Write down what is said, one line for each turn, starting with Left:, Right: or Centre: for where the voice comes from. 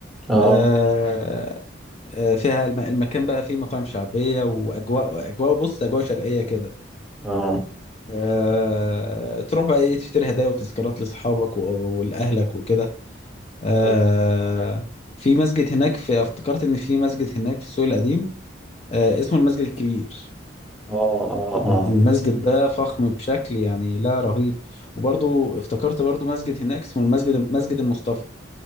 Centre: اه
Left: آه آه فيها الم... المكان بقى فيه مطاعم شعبية واجواء اجواء بص اجواء شرقية كده
Centre: اه
Left: آه، تروح بقى ايه تشتري هدايا وتذكارات لاصحابك و- ولاهلك وكده آه،
Centre: تم-
Left: في مسجد هناك في افتكرت ان في مسجد هناك في السوق القديم آه، اسمه المسجد الكبير
Centre: اه اه اه
Left: المسجد ده فخم بشكل يعني لا رهيب وبرضو افتكرت برضو مسجد هناك اسمه المسجد مسجد المصطفى